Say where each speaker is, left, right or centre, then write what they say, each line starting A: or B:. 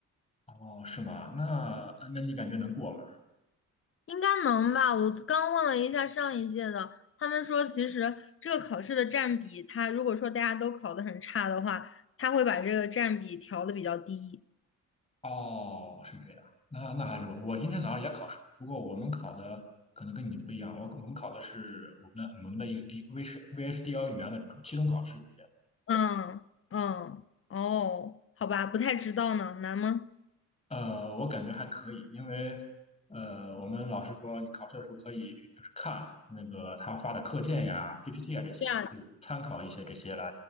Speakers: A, on the left; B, on the left.
A: 哦，是吗？那那你感觉能过吗？
B: 应该能吧？我刚问了一下上一届的，他们说其实这个考试的占比，他如果说大家都考的很差的话，他会把这个占比调的比较低。
A: 哦，是这样，那那还是吧。我今天早上也考试了，不过我们考的可能跟你不一样，我我们考的是我们的我们的一个一个 VH VHDL 语言的期中考试。
B: 嗯嗯，哦，好吧，不太知道呢，难吗？
A: 呃，我感觉还可以，因为呃，我们老师说你考试的时候可以就是看那个他发的课件呀、PPT 啊这些，
B: 对啊，
A: 你可以参考一些这些来，